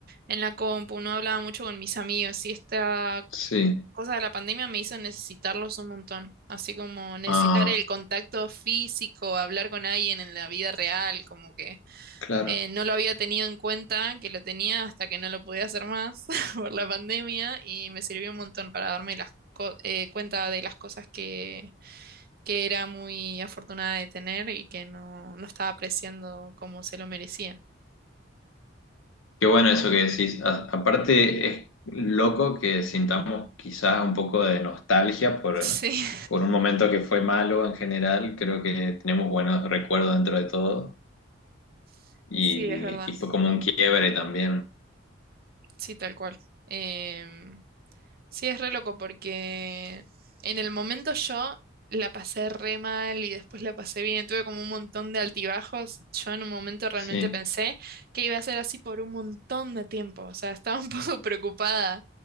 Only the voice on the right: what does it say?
en la compu, no hablaba mucho con mis amigos, sí estaba
cosa de la pandemia me hizo necesitarlos un montón, así como necesitar
el contacto físico, hablar con alguien en la vida real, como que
eh, no lo había tenido en cuenta, que lo tenía hasta que no lo podía hacer más <laughs> por la pandemia y me sirvió un montón para darme las co- eh, cuenta de las cosas que, que era muy afortunada de tener y que no, no estaba apreciando como se lo merecía.
Sí,
<laughs>
sí, es verdad,
sí, tal cual. Em, Sí, es re loco porque en el momento yo la pasé re mal y después la pasé bien. Tuve como un montón de altibajos. Yo en un momento realmente
pensé que iba a ser así por un montón de tiempo. O sea, estaba un <laughs> poco preocupada.